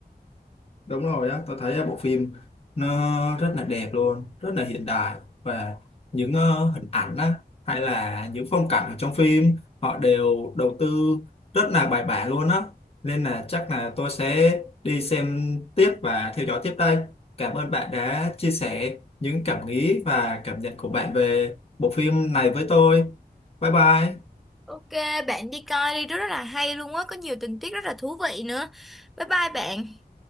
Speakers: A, on the left; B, in the centre.
A: Đúng rồi á, tôi thấy bộ phim nó rất là đẹp luôn, rất là hiện đại và những ờ, hình ảnh á, hay là những phong cảnh ở trong phim họ đều đầu tư rất là bài bản luôn á. Nên là chắc là tôi sẽ đi xem tiếp và theo dõi tiếp đây. Cảm ơn bạn đã chia sẻ những cảm nghĩ và cảm nhận của bạn về bộ phim này với tôi. Bye bye.
B: ok bạn đi coi đi rất là hay luôn á có nhiều tình tiết rất là thú vị nữa bye bye bạn